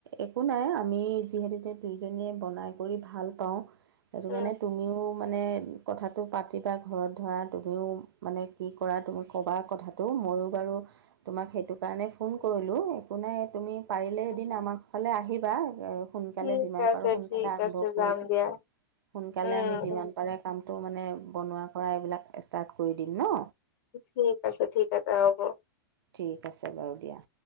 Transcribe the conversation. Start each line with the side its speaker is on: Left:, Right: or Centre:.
Right: একো নাই আমি যিহেতুকে দুয়োজনীয়ে বনাই কৰি ভাল পাওঁ। সেইটো
Left: উম
Right: কাৰণে তুমিও মানে কথাটো পাতিবা ঘৰত ধৰা তুমিও মানে কি কৰা তুমি ক'বা কথাটো। তো ময়ো বাৰু তোমাক সেইটো কাৰণে ফোন কৰিলোঁ একো নাই তুমি পাৰিলে
Left: উম
Right: এদিন আমাৰ এইফালে আহিবা। সোনকালে
Left: ঠিক
Right: যিমান
Left: আছে
Right: পাৰোঁ সোনকালে
Left: ঠিক
Right: আৰম্ভ
Left: আছে
Right: কৰি
Left: যাম
Right: দি সোনকালে
Left: দিয়া উম
Right: আমি যিমান
Left: উম
Right: পাৰোঁ কামটো মানে বনোৱা কৰা এইবিলাক ষ্টাৰ্ট কৰি দিম ন।
Left: ঠিক আছে ঠিক আছে হ'ব।
Right: ঠিক আছে বাৰু দিয়া।